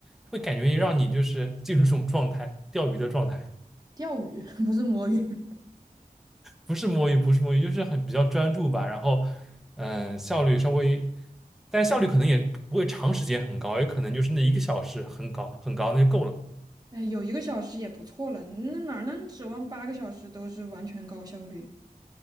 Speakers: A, in the centre; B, on the right.
A: 会感觉让你就是进入这种状态，钓鱼的状态。
B: 钓鱼，<laughs> 不是摸鱼。
A: 不是摸鱼，不是摸鱼，就是很比较专注吧。然后，嗯、效率稍微，但效率可能也不会长时间很高，也可能就是那一个小时很高很高，那就够了。
B: <laughs> 哎，有一个小时也不错了，嗯那哪能指望八个小时都是完全高效率？